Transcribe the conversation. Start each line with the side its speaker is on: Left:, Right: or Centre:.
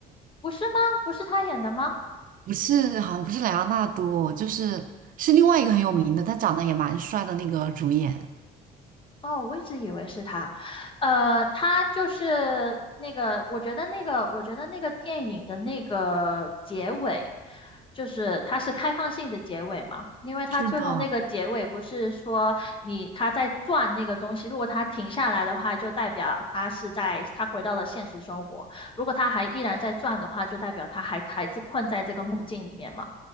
Left: 不是吗？不是他演的吗？
Right: 不是，好像不是莱昂纳多，就是是另外一个很有名的，他长得也蛮帅的那个主演。
Left: 哦，我一直以为是他，呃，他就是那个，我觉得那个，我觉得那个电影的那个结尾，就是它是开放性的结尾嘛，因为它最后那个结尾不是说你他在转那个东西，
Right: 是的，
Left: 如果他停下来的话，就代表他是在他回到了现实生活，如果他还依然在转的话，就代表他还还是困在这个梦境里面嘛。